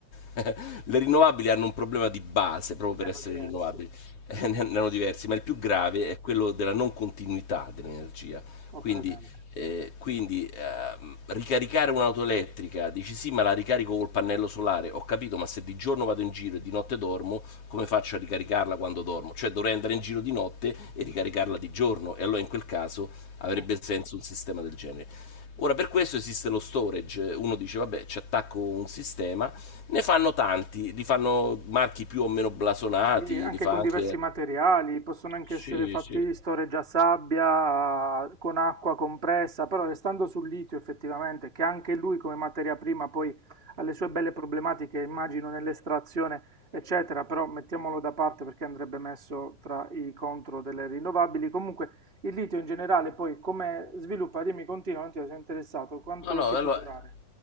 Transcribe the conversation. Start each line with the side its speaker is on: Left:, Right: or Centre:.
Left: Le rinnovabili hanno un problema di base proprio
Right: Ne
Left: per
Right: hanno
Left: essere
Right: diversi,
Left: rinnovabili, eh, ne ne hanno diversi, ma il più grave è quello della non continuità dell'energia.
Right: ho
Left: Quindi,
Right: presente.
Left: eh, quindi, ehm, ricaricare un'auto elettrica, dici sì, ma la ricarico col pannello solare, ho capito, ma se di giorno vado in giro e di notte dormo, come faccio a ricaricarla quando dormo? Cioè dovrei andare in giro di notte e ricaricarla di giorno, e allora in quel caso avrebbe
Right: Sì.
Left: senso un sistema del genere. Ora per questo esiste lo storage, uno dice vabbè ci attacco un sistema, ne fanno tanti, li fanno marchi più o meno blasonati,
Right: Sì, anche
Left: li fa
Right: con
Left: anche...
Right: diversi materiali, possono anche
Left: Sì,
Right: essere fatti
Left: sì.
Right: di storeggiasabbia, con acqua compressa, però restando sul litio effettivamente, che anche lui come materia prima poi ha le sue belle problematiche, immagino, nell'estrazione, eccetera, però mettiamolo da parte perché andrebbe messo tra i contro delle rinnovabili. Comunque il litio in generale poi come sviluppa, dimmi, continua, non ti sono interessato, quanto
Left: No, no,
Right: ci
Left: allora,
Right: può durare?